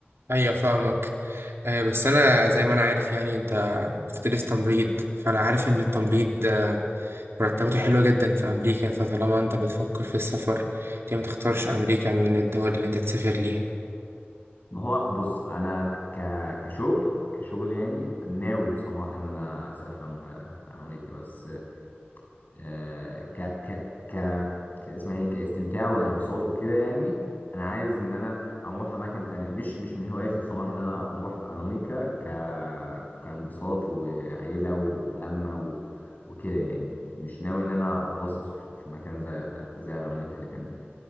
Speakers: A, on the right; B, on the left.
A: ايوه فاهمك آه بس انا زي ما انا عارف يعني انت بتدرس تمريض فانا عارف ان التمريض آه، مرتباته حلوة جدا في امريكا فطالما انت بتفكر في السفر ليه ما تختارش امريكا من الدول اللي انت تسافر ليها؟
B: ما هو بص انا ك... كشغل كشغل يعني ناوي بصراحه ان انا اسافر آه، امريكا بس آه، ك ك ك ك- اسمها ايه كاستمتاع وانبساط وكده يعني انا عايز ان انا اروح اماكن تانية مش مش من هواياتي بصراحه ان انا اروح امريكا ك كانبساط وعيله ولمه و... وكده يعني مش ناوي ان انا اتبسط في في مكان زي في زي امريكا لكن